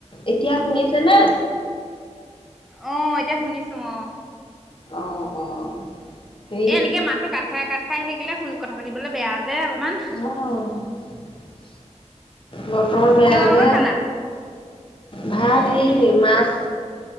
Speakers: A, on the left (about 45°); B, in the centre.
A: এতিয়া শুনিছ ছেনে
B: অহ, এতিয়া শুনিছো অহ।
A: অ', অ'। হেৰি
B: এই এনেকে মাতটো কাট খাই কাট খাই থাকিলে শুনি কথা পাতিবলৈ বেয়া যে, অকণমান
A: অ বতৰ বেয়া
B: কিহৰ
A: যে,
B: লগত খালা?
A: ভাত
B: উম
A: হেয়ি
B: উম
A: মাছ